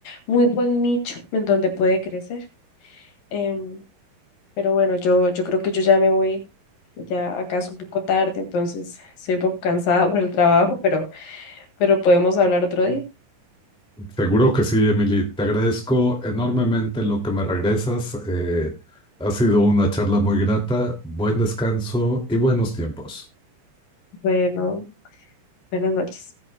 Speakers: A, on the left; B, in the centre.
A: muy buen nicho en donde puede crecer. Em, pero bueno, yo, yo creo que yo ya me voy, ya acaso un poco tarde, entonces estoy un poco cansada <laughs> por el trabajo, pero pero podemos hablar otro día.
B: Seguro que sí, Emily. Te agradezco enormemente lo que me regresas. Eh, ha sido una charla muy grata. Buen descanso y buenos tiempos.
A: Bueno, buenas noches.